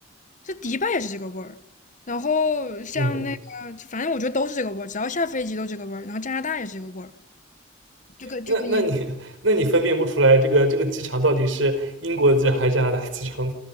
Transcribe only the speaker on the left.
这迪拜也是这个味儿。然后像那个，
反正我觉得都是这个味儿，只要下飞机都这个味儿。然后加拿大也是这个味儿，就跟就跟印。